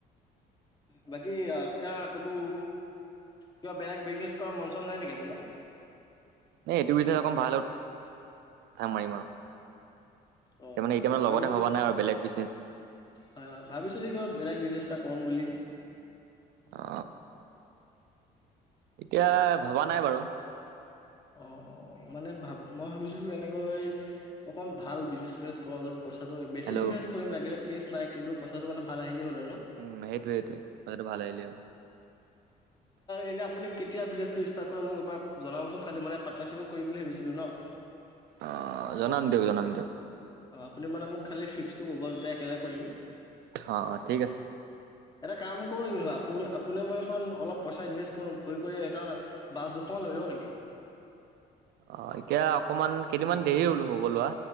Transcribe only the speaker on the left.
বাকী আপা <inaudible> কতো কিবা বেলেগ বিজনেছ কৰাৰ মঞ্চন নাই নেকি আপোনাৰ?
অ
ভাবিছিলি
হয় হয় ভাবিছো যে ক বেলেগ বিজনেজ এটা কৰম বুলি।
অহ। অ মানে ভাব মই ভাবিছিলো এনেকৈ অকমান ভাল বুইছনেচ চিনেজ কৰ যত পইচাটো বেছি
ইনভেষ্ট কৰিম লাগিলে কেছ নাই কিন্তুইচাটো মানে ভাল আহিলেই হ'ল আৰু।
এনে আপুনি কেতিয়া বিজনেছটো ষ্টাৰ্ট কৰে মোক এবাৰ জনাবচোন, খালি মান পাটনাৰশ্বিপত কৰিম বুলি ভাবিছিলোঁ ন। <inaudible>
অঁ আপুনি মানে খালী ফিক্সটো ক'ব দুটাই একেলগ কৰিম।
এটা কাম কৰো যেনিবা আপুনি আপুনি মই এখন পইচা ইনভেষ্ট কৰো কৰি কৰি এটা বাচ দুশমান লৈ লওঁ নেকি?